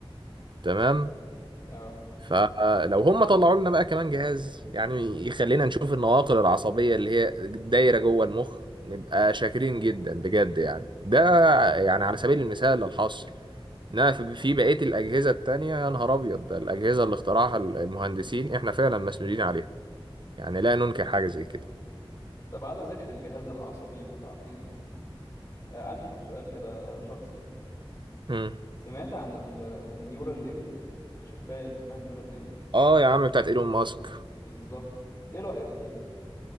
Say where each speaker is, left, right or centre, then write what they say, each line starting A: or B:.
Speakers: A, on the right; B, on the left.
A: تمام
B: اه
A: فلو هم طلعوا لنا بقى كمان جهاز يعني يخلينا نشوف النواقل العصبية اللي هي دايرة جوه المخ نبقى شاكرين جدا بجد يعني ده يعني على سبيل المثال للحصر انما في في بقية الأجهزة التانية يا نهار أبيض ده الأجهزة اللي اخترعها المهندسين احنا فعلا مسؤولين عليها يعني لا ننكر حاجة زي كده
B: طب على ذكر الجهاز العصبي وتعقيده آه، عندي ليك سؤال كده شخصي يعني
A: مم.
B: سمعت عن ال- النيورال لينك الشباية اللي اسمها نيورال لينك
A: اه يا عم بتاعت ايلون ماسك
B: بالظبط ايه رأيك فيها